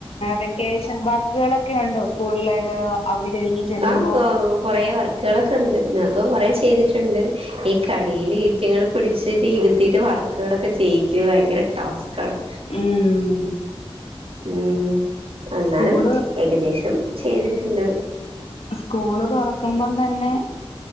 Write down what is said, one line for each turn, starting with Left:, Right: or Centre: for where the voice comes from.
Left: വെക്കേഷൻ പാർക്കുകളൊക്കെ ഉണ്ടോ സ്കൂളിലേത് അവധി കഴിഞ്ഞ് ചെല്ലുമ്പോ
Right: ആഹ് കൊ കൊറേ വർ ക്ക് ളെക്കെ ഉണ്ട്. ന്നാക് കൊറേ ചെയ്തിട്ടുണ്ട്. ഈ കളിയിൽ ഇറ്റങ്ങളേ പിടിച്ചിട്ട് ഇരുത്തീട്ട് വർക്ക് ക്ക്ളക്കെ ചെയ്യിക്ക്ന്ന ഭയങ്കര ടാസ്കാണ്
Left: ഉം
Right: ഉം എന്നാലും
Left: സ്കൂള്
Right: ഏകദേശം ചെയ്തിട്ട്ണ്ട്.
Left: സ്കൂള് തൊറക്കുമ്പം തന്നെ